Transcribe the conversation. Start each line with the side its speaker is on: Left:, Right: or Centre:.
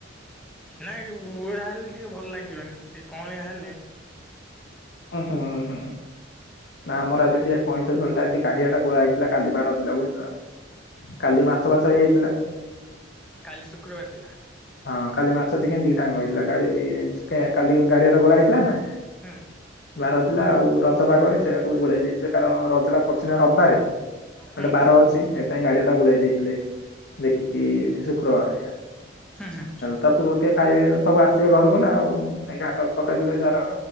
Centre: ନାଇଁ ବୁଢା ହେଲେ ଟିକେ ଭଲ ଲାଗିବନି ଟିକେ କଅଁଳିଆ ହେଲେ।
Left: ଉଁ ହୁଁ ହୁଁ। ନା ଆମର ଆଜି ଟିକେ କଇଁଚ ଝୋଳଟା ଆଜି ଗାଡିଆ ଟା କୋଳା ହେଇଥିଲା କାଲି ବାର ଥିଲା ବୁଝିଲା। କାଲି ମାଛ ବାଛ ହେଇଯାଇଥିଲା।
Centre: କାଲି ଶୁକ୍ରବାର ଥିଲା।
Left: ହଁ କାଲି ମାଛ ଚିକେନ ଦିଟା ଯାକ ହେଇଥିଲା, କାଲି ଗାଡିଆ ଟା ଗୋଳା ହେଇଥିଲା ନା।
Centre: ହୁଁ।
Left: ବାର ଥିଲା ଆଉ ରଜ ପାଗ ହେଇଚି। ସେଆକୁ ଗୋଳେଇ ଦେଇଥିବେ କାରଣ ରଜଟା ପଡଛି ନା ରବାରେ
Centre: ହୁଁ
Left: ଗୋଟେ ବାର ଅଛି ଥିପାଇଁ ଗାଡିଆଟା ଗୋଳେଇ ଦେଇଥିଲେ ଦେଖିକି ଶୁକ୍ରବାରିଆ।
Centre: ହଁ ହଁ।
Left: ତା ପୂର୍ବ ଟିକେ ଖାଇବେ ସବୁ ଆସିବେ ଘରକୁ ନା ଆଉ। ଭାଇ ଘାଟ ପକେଇଦେଲେ ତାର